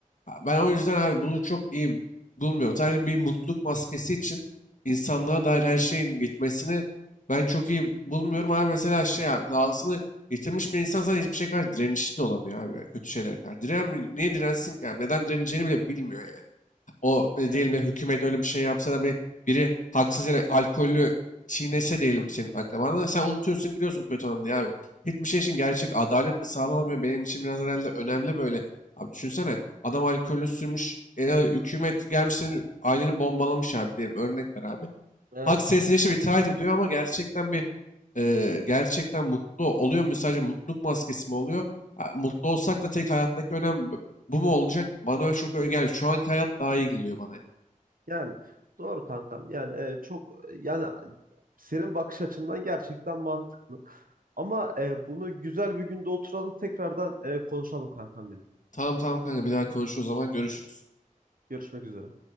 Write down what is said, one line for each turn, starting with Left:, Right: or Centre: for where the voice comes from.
Left: Ya Ben o yüzden abi bunu çok iyi bulmuyorum. Sadece bir mutluluk maskesi için insanlığa dair her şeyin gitmesini ben çok iyi bulmuyorum abi. Mesela şey abi, dahasını Yitirmiş bir insan zaten hiçbir şey karşı direnişli de olamıyor abi. Kötü şeylere karşı. Diren, niye dirensin ki abi? Neden direneceğini bile bilmiyor yani. O ne
Right: Yani
Left: diyelim ya hükümet öyle bir şey yapsa da bir biri haksız yere alkollü çiğnese diyelim senin akrabanı. Sen unutuyorsun gidiyorsun kötü anı diye abi. Hiçbir şey için gerçek adalet de sağlanamıyor. Benim için biraz herhalde önemli böyle. Abi düşünsene adam alkollü sürmüş. E, hükümet gelmiş senin aileni bombalamış abi diyelim. Örnek ver abi.
Right: evet
Left: Halk sessizleşip
Right: evet doğru.
Left: itaat ediyor ama gerçekten bir e, gerçekten mutlu oluyor mu? Sadece mutluluk maskesi mi oluyor? Ha, Mutlu olsak da tek hayattaki önem b- bu mu olacak? Bana öyle çok öyle gelmiyor. Şu anki hayat daha iyi geliyor bana. yani.
Right: Yani doğru kankam. Yani e, çok yani senin bakış açından gerçekten mantıklı. Ama e, bunu güzel bir günde oturalım tekrardan e, konuşalım kankam benim.
Left: Tamam tamam kanka bir daha konuşuruz o zaman görüşürüz.
Right: Görüşmek üzere.